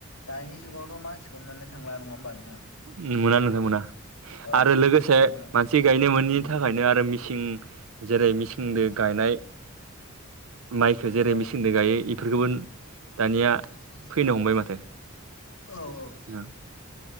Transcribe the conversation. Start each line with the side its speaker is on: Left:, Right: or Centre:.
Left: दानि जुगावथ' मानसिखौ मोननो थांला नङा होमबा नोंथां
Right: नुनो
Left: जिथु
Right: मोना नोंथां मोना
Left: औ
Right: आरो लोगोसे
Left: माने
Right: मानसि गायनो मोनि
Left: उम
Right: था खायनो आरो मिसिं जेरै मिसिंजों गायनाय माइखो जेरै
Left: औ
Right: मेसिंजों गायो इफोरखौबो दानिया
Left: <inaudible>
Right: फैनो हमबाय माथो
Left: औ औ
Right: <inaudible>